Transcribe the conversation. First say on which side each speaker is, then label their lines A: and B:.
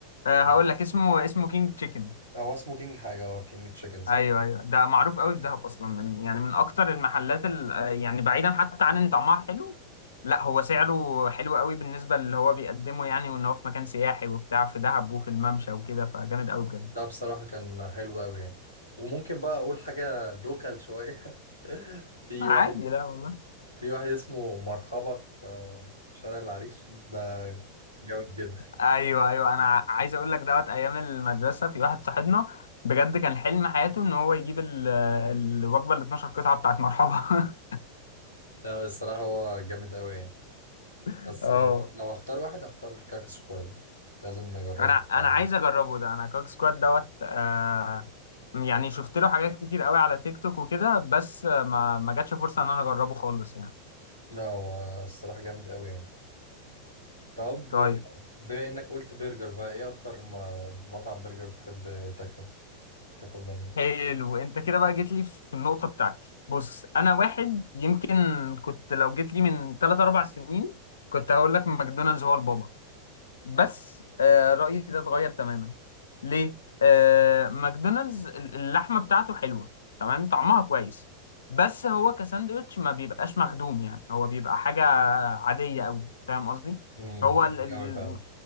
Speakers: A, on the left (about 70°); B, on the left (about 90°).
A: آه
B: آه،
A: هقول لك اسمه اسمه كينج تشيكن
B: هو اسمه كينج حاجة اه كينج تشيكن صح
A: ايوه ايوه ده معروف قوي في دهب اصلا من يعني من اكتر المحلات ال- آه، يعني بعيدا حتى عن ان طعمها حلو لا هو سعره حلو قوي بالنسبه اللي هو بيقدمه يعني وان هو في مكان سياحي وبتاع في دهب وفي الممشى وكده فجامد قوي بجد
B: ده بصراحة كان حلو أوي يعني وممكن بقى أقول حاجة لوكال شوية <laughs> في
A: عادي
B: واحد
A: لا والله
B: في واحد اسمه مرحبا في آه، شارع العريش ده جامد جدا
A: ايوه ايوه انا ع- عايز اقول لك دوت ايام المدرسه في واحد صاحبنا بجد كان حلم حياته ان هو يجيب ال- آه، الوجبه ال 12 قطعه بتاعت مرحبا
B: لا الصراحة هو جامد أوي يعني
A: <laughs>
B: بس
A: اه
B: لو لو هختار واحد هختار كاكا سكواد لازم نجربه
A: انا انا
B: بعدين.
A: عايز اجربه ده انا كوك سكواد دوت آه يعني شفت له حاجات كتير قوي على تيك توك وكده بس آه، ما ما جاتش فرصه ان انا اجربه خالص يعني
B: لا هو الصراحة جامد قوي يعني طب
A: طيب
B: بما انك قلت برجر بقى ايه اكتر ما مطعم برجر بتحب تاكله تاكل منه
A: حلو انت كده بقى جيت لي في النقطه بتاعتي بص انا واحد يمكن كنت لو جيت لي من 3 4 سنين كنت هقول لك ماكدونالدز هو البابا بس آه، رأيي ده اتغير تماما ليه؟ آه، ماكدونالدز ال- اللحمة بتاعته حلوة تمام طعمها كويس بس هو كساندوتش ما بيبقاش مخدوم يعني هو بيبقى حاجة عادية أوي فاهم قصدي؟
B: امم
A: هو
B: بيزك
A: ال... ال...
B: قوي فعلا